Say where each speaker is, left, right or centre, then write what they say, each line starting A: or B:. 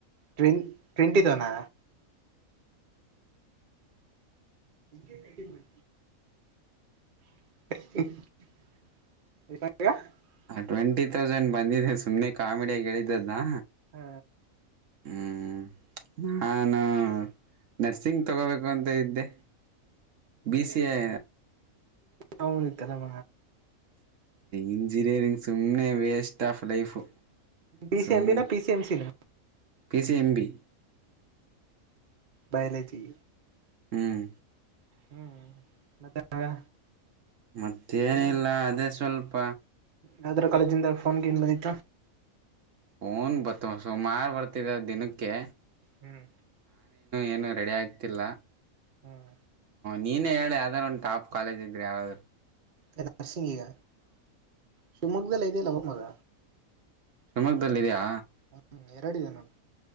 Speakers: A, on the right; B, on the right.
A: ವೆ ಟ್ವೆಂಟಿ ತನಾ ಎ ಕಟ್ಟಿ ಮಾಡ <inaudible> ಎತ
B: ಟ್ವೆಂಟಿ ತೌಸಂಡ್ ಬಂದಿದೆ ಸುಮ್ಮನೆ ಕಾಮಿಡಿಯಾಗಿ ಹೇಳಳಿದ್ದದಾ
A: ಹ್ಮ್
B: ಹ್ಮ್ ನಾನಾ ನರ್ಸಿಂಗ್ ತಗೋಬೇಕು ಅಂತ ಇದ್ದೆ ಬಿ ಸಿ ಐ
A: ವೌನ ತಲಮ
B: ಇಂಜಿನಿಯರಿಂಗ್ ಸುಮ್ಮನೆ waste of life
A: P
B: ಸಮ
A: C ಎಂ ಬಿನ ಪಿ ಸಿ ಎಂ ಸಿನ
B: P C M B
A: biology
B: ಹ್ಮ್
A: ಹ್ಮ್ ಮತ್ತೆ ಮಗಾ
B: ಮತ್ತೇನಿಲ್ಲ ಅದೇ ಸ್ವಲ್ಪ
A: ನದ್ರ ಕಾಲೇಜಿಂದ ಫೋನ್ ಬಂದಿತಾ
B: ಹೂನ್ ಬಾತಿವೆ ಸುಮಾರು ಬರ್ತಿದ ದಿನಕ್ಕೆ
A: ಹ್ಮ್
B: ಏನು ರೆಡಿ ಆಗ್ತಿಲ್ಲ
A: ಹ್ಮ್
B: ನೀನೇ ಹೇಳಿ ಆದಾರ ಒಂದು ಟಾಪ್ ಕಾಲೇಜ್ಗ್ರರೆ ಯಾವ
A: ನರಸಿಂಗ ಈಗ ಶಿವಮೊಗ್್ದಲ್ಲ ಇದೆಲ್ಲ ಹೋಗ್ ಮಗ
B: ಶಿವಮೊಗ್ಗದಲ್ಲ ಇದಯಾ
A: ಹ್ಮ್ ಎರಡಿದೆ ನೋಡು